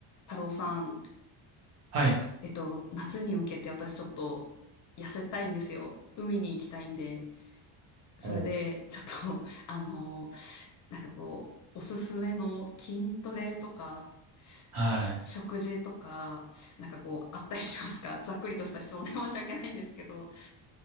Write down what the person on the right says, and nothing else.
はい。
おう。
はい。